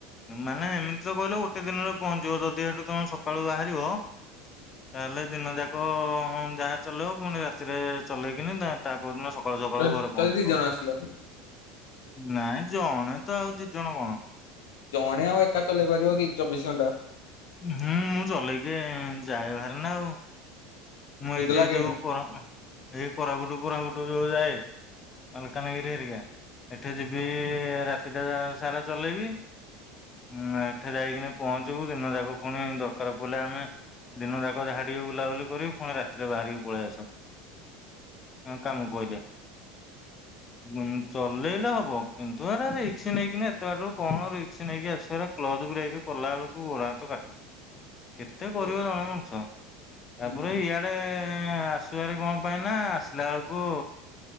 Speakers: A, on the left; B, on the left.
A: ମାନେ ଏମିତି ତ କହିଲ ଗୋଟେ ଦିନରେ ପହଞ୍ଚିବ ଯଦି ସେଠୁ ତମେ ସକାଳୁ ବାହାରିବ ତାହେଲେ ଦିନ ଯାକ-ଅ ଯାହା ଚଲେଇବ ପୁଣି ରାତିରେ ଚଲେଇକିନା ତା ପରଦିନ ସକାଳୁ ସକାଳ
B: ଯଦି
A: ଘରେ
B: ଯଦି
A: ପହଞ୍ଚିବ।
B: ଦି ଜଣ ଆସିଲ
A: ନାଇଁ ଜଣେ ତ ଆଉ ଦି ଜଣ କଣ?
B: ଜଣେ ଆଉ ଏକା ଚଲେଇ ପାରିବ କି ଚବିଶ ଘଣ୍ଟା।
A: ହୁଁ ମୁଁ ଚଲେଇକି ଯାଏ ବାହାର ନା ଆଉ। ମୁଁ
B: ନିଦ
A: ଏଇ ଦେଇ
B: ଲାଗେନି
A: ଯଉ କ ଏଇ କୋରାପୁଟୁ କୋରାପୁଟୁ ଯୋଉ ଯାଏ ମାଲକାନଗିରି ହେରିକା ଏଠି ଯିବି
B: ହଁ
A: ରାତିଟା ସାରା ଚଲେଇବି। ଉଁ ଏଠି ଯାଇକିନା ପହଞ୍ଚିବୁ ଦିନ ଯାକ ପୁଣି ଦରକାର ପଡ଼ିଲେ ଆମେ ଦିନ ଯାକ ଯାହା ଟିକିଏ ବୁଲାବୁଲି କରିବୁ ପୁଣି ରାତିରେ ବାହାରିକି ପଳେଇ ଆସ। କାମ ପଇଲେ। ଉଁ ଚଲେଇଲେ ହବ କିନ୍ତୁ ଆରେ ରିକ୍ସ ନେଇକି ନା ଏତେ ବାଟରୁ କଣ ରିକ୍ସ ନେଇକି ଆସିବ କ୍ଲଯ ବ୍ରେକ କଲା ବେଳକୁ ଗୋଡ ହାତ କାଟୁଛି କେତେ
B: ସେ-
A: କରିବ ଜଣେ ମଣିଷ।
B: ହୁଁ,
A: ଇଆଡେ ଆସିବାରେ କଣ ପାଇଁ ନା ଆସିଲା ବେଳକୁ